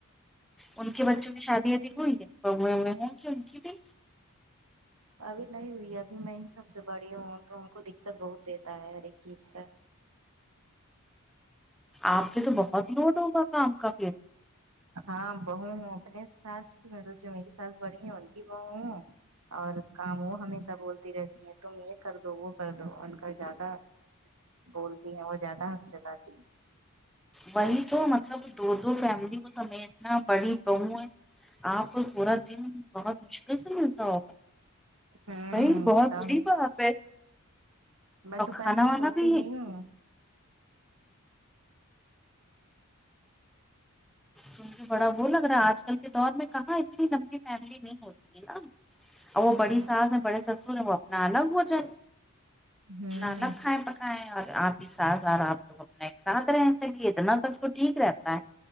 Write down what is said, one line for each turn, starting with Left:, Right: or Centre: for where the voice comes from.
Centre: ان کے بچوں کی شادی وادی ہوئی ہے بہوویں ہیں کیا ان کی بھی
Right: ابھی نہیں ہوئی ہے ابھی میں ہی سب سے بڑی ہوں تو ہم کو دقت بہت دیتا ہے ہر ایک چیز کا
Centre: آپ پہ تو بہت لوڈ ہوگا کام کا پھر
Right: ہاں بہو ہوں اپنے ساس مطلب جو میری ساس بڑی ہے ان کی بہو ہوں اور کام وہ ہمیشہ بولتی رہتی ہیں تم یہ کر دو وہ کر دو ان کا زیادہ بولتی ہیں وہ زیادہ حق جتاتی ہیں
Centre: وہی تو مطلب دو دو فیملی کو سمیٹنا بڑی بہو ہے آپ کو پورا دن بہت مشکل سے ملتا ہوگا
Right: ہیں
Centre: بائی بہت
Right: ہوں
Centre: جیب بات
Right: میں
Centre: اور
Right: دوپہر
Centre: کھانا
Right: میں
Centre: وانا
Right: سوتی
Centre: بھی
Right: نہیں ہوں
Centre: سن کر بڑا وہ لگ رہا ہے آج کل کے دور میں کہاں اتنی لمبی فیملی نہیں ہوتی ہے نا اور وہ بڑی
Right: ہ
Centre: ساس ہے بڑے سسر ہیں وہ اپنا الگ ہو جائے
Right: ہوں
Centre: اپنا الگ کھایں پ کایں اور آپ ساس اور آپ تو اپنا ایک ساتھ رہ چلیے اتنا تو اس کو ٹھیک رہتا ہے